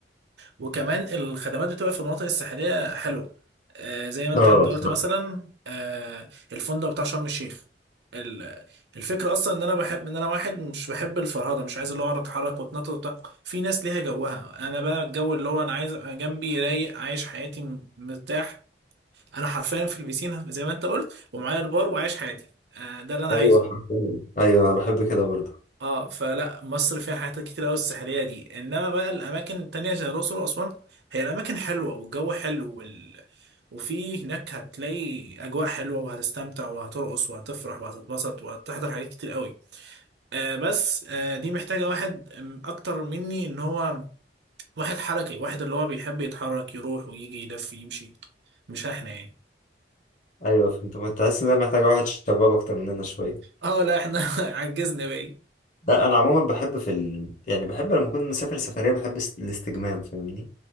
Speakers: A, on the right; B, on the left.
A: وكمان الخدمات بتبقى في المناطق الساحليه حلوه آه زي ما انت
B: اه
A: انت قلت مثلا آه الفندق بتاع شرم الشيخ ال- الفكره اصلا ان انا بحب ان انا واحد مش بحب الفرهده مش عايز اللي هو اقعد اتحرك واتنطط وبتاع في ناس ليها جوها انا بقى الجو اللي هو انا عايز ابقى جنبي رايق عايش حياتي مرتاح انا حرفيا في البيسين زي ما انت قلت ومعايا البار وعايش حياتي آه، ده اللي انا
B: ايوه
A: عايزه
B: حرفيا ايوه انا بحب كده برضه
A: اه فلا مصر فيها حاجات كتير قوي الساحليه دي انما بقى الاماكن التانية زي الاقصر واسوان هي الاماكن حلوه والجو حلو وال... وفي هناك هتلاقي اجواء حلوه وهتستمتع وهترقص وهتفرح وهتتبسط وهتحضر حاجات كتير قوي آه بس آه دي محتاجه واحد آم، اكتر مني ان هو واحد حركي واحد اللي هو بيحب يتحرك يروح ويجي يلف يمشي مش احنا يعني
B: ايوه فهمت ما تحس ان انا محتاجه واحد شباب اكتر مننا شويه
A: اه لا احنا <laughs> عجزنا بقى
B: لا انا عموما بحب في ال... يعني بحب لما اكون مسافر سفريه بحب است- الاستجمام فاهمني